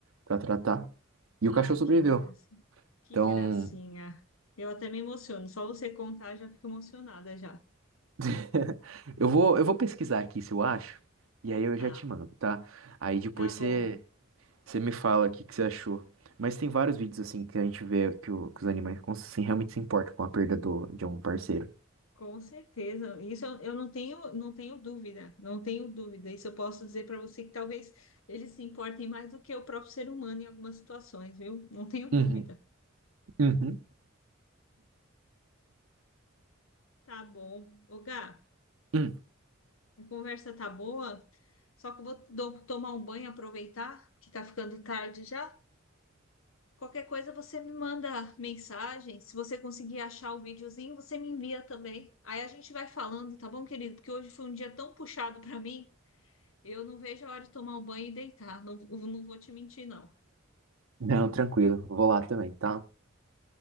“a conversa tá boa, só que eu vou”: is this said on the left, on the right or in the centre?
Left